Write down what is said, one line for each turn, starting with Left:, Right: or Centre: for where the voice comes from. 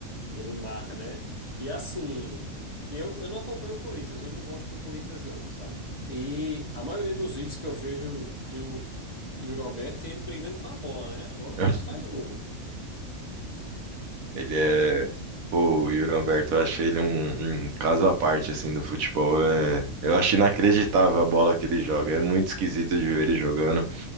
Left: Ele marca, né? E assim, eu, eu não acompanho o Corinthians, eu não gosto do Corinthians, não, sabe? E a maioria dos vídeos que eu vejo de o, e o Roberto é ele brigando com a bola, né? Agora
Right: <laughs>
Left: o cara faz gol.
Right: Ele é.
Left: Ele,
Right: Pô, o Yuri Alberto, eu achei ele um, um caso à parte, assim, do futebol. É... Eu acho inacreditável a bola que ele joga. É muito esquisito de ver ele jogando.